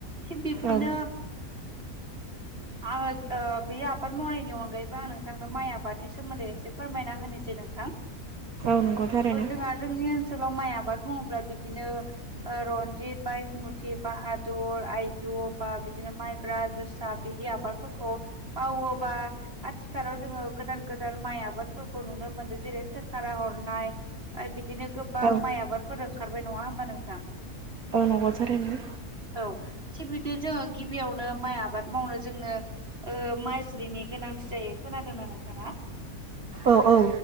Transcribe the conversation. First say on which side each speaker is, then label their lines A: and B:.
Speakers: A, on the right; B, on the right.
A: थिग बिब्दिनो।
B: औ
A: आङो बे आबाद मावनायनि अनगायैबो नों थांनो माइ आबादनि सोमोन्दै एसे फोरमायना होनोसै नोंथां। थ'
B: औ नंगौ थारैनो
A: जोंहा ओनसो लाव माइ आबाद बुङोब्ला बिदिनो रनजित बायसमु। ति बाहादुर आइजं बा बिदिनो माइब्रा जोसा बिदि आबादफोरखौ माव वोबा आथिखालाव जोङो गोदान गोदान माइ आबादफोरबो नुनो मोनो जेरै सोरखारा हरनाय। बिदिनो गोबां
B: औ
A: माइ आबादफोर ओंखारबाय नङा होमबा नोंथां।
B: औ नांगौ थारैनो।
A: औ थिग बिदि जोङो गिबियावनो माइ आबाद मावनो जोङो माइजलिनि गोनांथि जायो‌। खोनादोंना नोंथाङा
B: औ औ